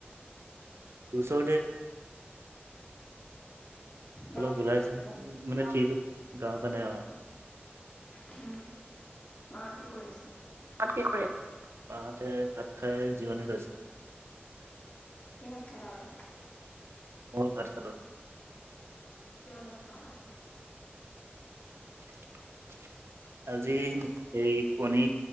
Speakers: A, on the right; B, on the left.
A: ওচৰতে।
B: গাঁৱৰ
A: অলপ
B: পিনে
A: ওলাই
B: যাবা
A: মানে থ্ৰী ফি গাওঁ পিনে অঁ।
B: উম, মাহঁত কি কৰি আছে?
A: মাহঁতে ভাত খাই জীৰণি লৈছে।
B: কি লগত খালা আৰু?
A: মইও ভাত খালো।
B: কিহৰ লগত খালা?
A: <inaudible> আজি হেৰি কণী